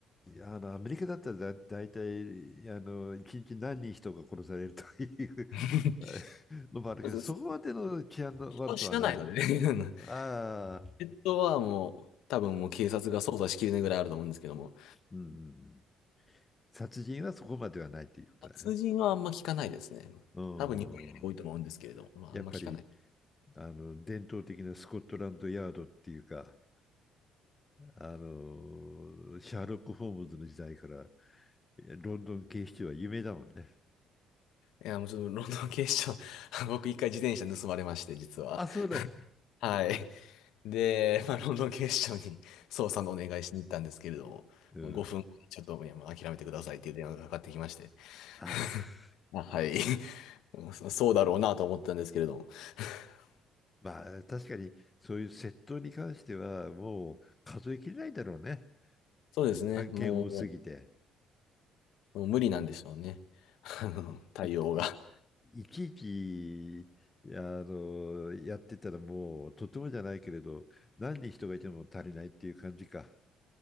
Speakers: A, on the left; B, on the left.
A: あの、アメリカだったらだ、大体、あの、一日何人人が殺されるという
B: <laughs>
A: あのもあるけど、
B: まず
A: <laughs> そこまでの治安の悪さはない。
B: 人は死なないのでね。<laughs>
A: ああ、
B: ペットはもう、多分もう警察が捜査しきれないぐらいあると思うんですけども、
A: うん。殺人はそこまではないっていうことだね。
B: 殺人はあんま聞かないですね。
A: う
B: 多分日本より多いと思うんですけれども、
A: ん。
B: まあ、
A: やっぱり、
B: あんま聞かない。
A: あの、伝統的なスコットランドヤードっていうか、あの、シャーロック・ホームズの時代から、ロンドン警視庁は有名だもんね。
B: いや、もうちょっとロンドン警視庁 <laughs> 僕一回自転車盗まれまして、実は。
A: あ、そうだ。
B: はい。で、まあ、ロンドン警視庁に捜査のお願いしに行ったんですけれども、
A: うん。
B: もう5分ちょっと、いや、もう諦めてくださいっていう電話がかかってきまして。
A: ああ。
B: <laughs> あ、はい。<laughs> そそうだろうなと思ったんですけれども。<laughs>
A: まあ、確かに、そういう窃盗に関しては、もう数えきれないだろうね。
B: そうですね。
A: 案件多すぎて。
B: もう、もう無理なんでしょうね。<laughs> あの、対応が。
A: い、い、いちいち、あの、やってたらもう、とてもじゃないけれど、何人人がいても足りないっていう感じか。